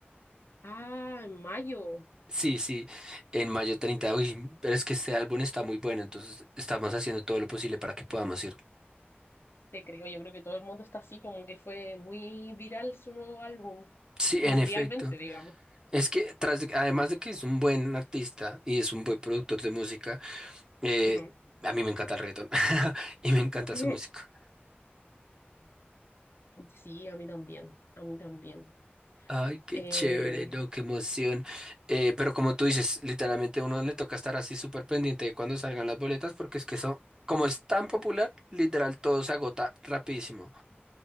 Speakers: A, on the left; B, on the right.
A: Ah, en mayo,
B: Sí, sí, en mayo 30. uy, pero es que este álbum está muy bueno, entonces estamos haciendo todo lo posible para que podamos ir.
A: te creo. Yo creo que todo el mundo está así, como que fue muy viral su nuevo álbum,
B: Sí,
A: mundialmente,
B: en efecto.
A: digamos.
B: Es que tras, de- además de que es un buen artista y es un buen productor de música, Eh,
A: Ujú,
B: a mí me encanta el reggaetón <laughs> y me encanta
A: ujú.
B: su música.
A: Sí, a mí también, a mí también.
B: Ay, qué
A: Eh,
B: chévere, no, qué emoción. Eh, pero como tú dices, literalmente a uno le toca estar así súper pendiente de cuando salgan las boletas porque es que eso, como es tan popular, literal todo se agota rapidísimo.